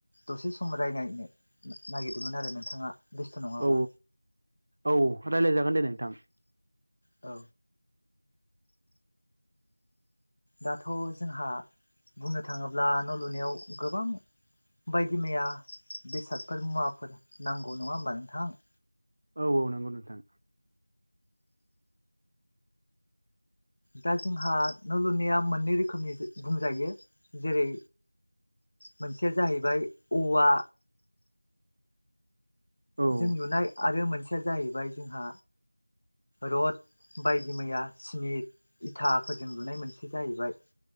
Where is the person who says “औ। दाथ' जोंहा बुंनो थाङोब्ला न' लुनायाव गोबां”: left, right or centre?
Left